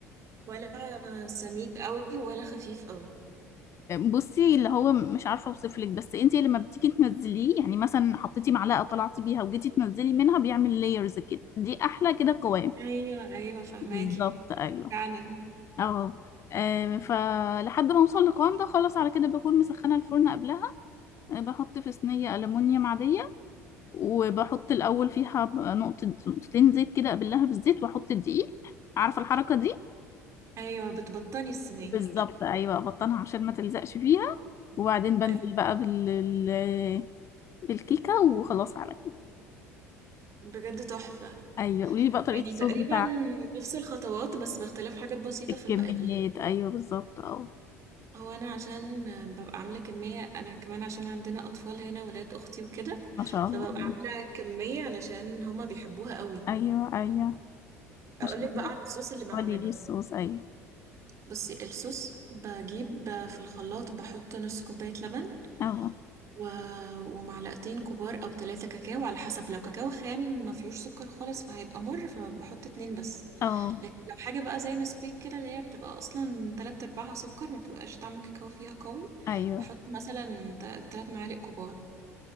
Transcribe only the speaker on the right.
ولا سميك قوي ولا خفيف قوي
ايوه ايوه فهماكي
فعلا
ايوه بتبطني الصينيه
أيوة،
بجد تحفة
يعني
تقريبا
نفس الخطوات بس باختلاف حاجات بسيطة
في المقادير
هو أنا عشان ببقى عاملة كمية أنا كمان عشان عندنا أطفال هنا ولاد أختي وكده
فببقى
عاملة كمية علشان هما بيحبوها قوي
أقولك
بقى على الصوص اللي بعمله
بصي الصوص بجيب في الخلاط بحط نص كوباية لبن
و... ومعلقتين كبار او ثلاثة كاكاو على حسب لو كاكاو خام ما فيهوش سكر خالص فهيبقى مر فبحط اتنين بس
لكن لو حاجة بقى زي نسكويك كده اللي هي بتبقى اصلا تلات ارباعها سكر ما بتبقاش طعم الكاكاو فيها قوي
بحط مثلا ت- تلات معالق كبار